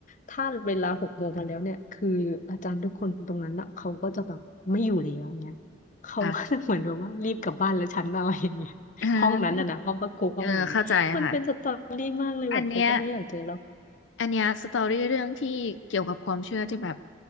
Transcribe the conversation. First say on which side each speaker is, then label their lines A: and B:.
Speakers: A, on the left; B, on the left.
A: ถ้าเวลาหกโมงมาแล้วเนี่ยคืออาจารย์ทุกคนตรงนั้นอ่ะเขาก็จะแบบไม่อยู่แล้วเงี้ยเขาก็จะเหมือนแบบว่ารีบกลับบ้านแล้วฉันอะไรอย่างเงี้ย
B: ค่ะอ่า
A: ห้องนั้นน่ะนะห้องพระครูห้องนั้นมันเป็นสตอรี่มากเลยแบบเขาก็ไม่อยากเจอเรา
B: เออเข้าใจค่ะอันเนี้ย อันเนี้ยสตอรี่เรื่องที่เกี่ยวกับความเชื่อที่แบบ